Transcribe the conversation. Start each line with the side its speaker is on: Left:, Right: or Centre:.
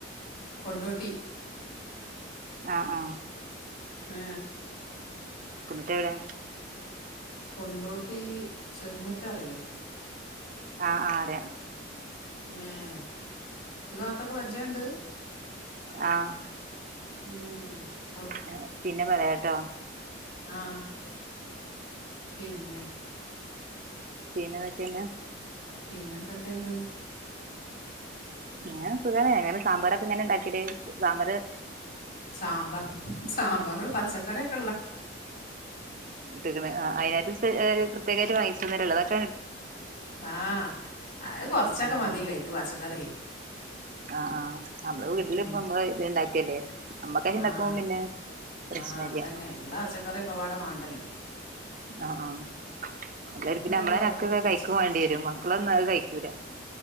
Left: കൊണ്ടോട്ടി
Right: ആ ആ
Left: ആ
Right: കൊണ്ടോട്ടി എവിടെ
Left: കൊണ്ടോട്ടീ ചെറുമുറ്റ അറിയോ
Right: ആ ആ അറിയ
Left: മം ഈവാത്തൊക്കെ പരിചയംണ്ട്.
Right: ആഹ
Left: ഉം
Right: ആ പിന്നെ പറയാട്ടോ
Left: ആ പിന്നെ
Right: പിന്നെന്തൊക്കെയുണ്ട്
Left: പിന്നെ എന്തൊക്കെയുണ്ട്.
Right: ഞാൻ സുഖാണ് അങ്ങനെ സാമ്പാറൊക്കെ ഇങ്ങനെ ഇണ്ടാക്കിട്ട് സാമ്പാറ്
Left: സാമ്പാ സാമ്പർ പച്ചക്കറിക്കോ
Right: ഇട്ടക്ക്ണ് ആ അതിനായിട്ട് പ്രത്യേകിച്ച് വാങ്ങിച്ചന്നേരം ഉള്ളതൊക്കെ
Left: ആഹ് അത് കൊറച്ചൊക്കെ
Right: ആഹ്
Left: മതിയല്ലേ
Right: ആഹ്
Left: അയ്ക്ക് പച്ചക്കറി
Right: ആഹ് ആ നമ്മുടെ വീട്ടില്
Left: ഉം
Right: ഇപ്പമ്മ ഇത് ഇണ്ടാക്കിയല്ലേ, നമ്മക്കായ്ന് ഇണ്ടാക്കും
Left: ആഹ്
Right: പിന്നെ പ്രശ്ന
Left: ആഹ്
Right: ഇല്ല
Left: അതന്നെ ഉള്ള പച്ചക്കറിക്കൊപ്പാടെ വേണ്ടല്ലോ?
Right: ആഹ ആ അത
Left: ഇബടിയൊക്കെ
Right: പിന്നെ നമ്മളെക്കെ
Left: കൊറേ കൊറച്ച്
Right: കഴിക്കൻ വേണ്ടി വരും മക്കളൊന്നുംഅത്കൈക്കൂലാ.